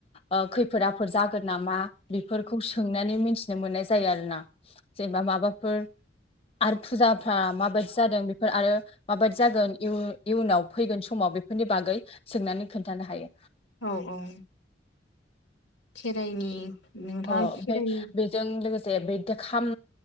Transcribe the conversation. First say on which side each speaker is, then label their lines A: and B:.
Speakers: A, on the left (about 30°); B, on the left (about 75°).
A: ओ खैफोदा बाफोर जागोन नामा बेफोरखौ सोंनानै मोनथिनो मोननाय जायो आरोना जेनबा माबाफोर आरो फुजाफ्रा माबायदि जादों बेफोर आरो माबायदि जागोन बो इयुनाव फैगोन समाव बेफोरनि बागै सोंनानै खोन्थानो हायो।
B: औ <inaudible> खेराइनि नोंथाङा
A: अ ओमफाय
B: खेराइनि
A: बेजों लोगोसे बै दे खाम